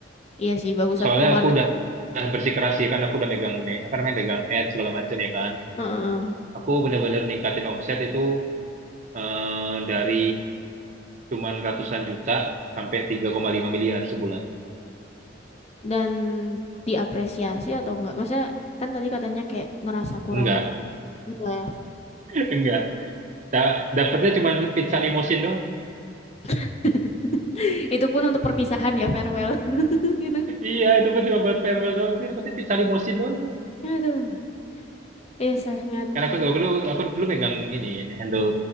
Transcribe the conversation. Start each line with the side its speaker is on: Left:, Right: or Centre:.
Left: iya sih bagusan
Right: soalnya
Left: keluar
Right: aku
Left: dan
Right: udah udah bersikeras sih kan aku udah megang me- apa namanya megang ads segala macam ya kan
Left: Heeh.
Right: aku bener-bener ningkatin omset itu eh, dari cuman ratusan juta sampai 3,5 miliar sebulan
Left: dan diapresiasi atau enggak? Maksudnya kan tadi katanya kayak ngerasa kurang
Right: enggak
Left: Iya.
Right: enggak Da- dapatnya cuma pizza limosin doang
Left: <laughs> Itu pun untuk perpisahan ya, farewell. <laughs> Gitu.
Right: iya itu pun cuma buat farewell doang tapi dapatnya pizza limosin doang gua.
Left: Aduh, eh sangat.
Right: karena aku aku dulu aku dulu megang ini handle